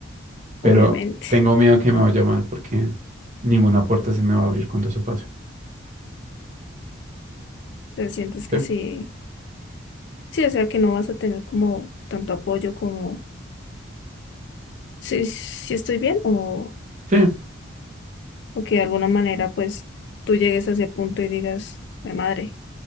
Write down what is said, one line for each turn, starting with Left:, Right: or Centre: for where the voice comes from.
Left: obviamente.
Right: pero
Left: <laughs>
Right: tengo miedo que me vaya mal porque ninguna puerta se me va a abrir cuando eso pase.
Left: Te sientes que
Right: Sí,
Left: sí, sí, o sea que no vas a tener como tanto apoyo como si, si estoy bien o...
Right: sí,
Left: o que de alguna manera pues tú llegues a ese punto y digas, "Mi madre,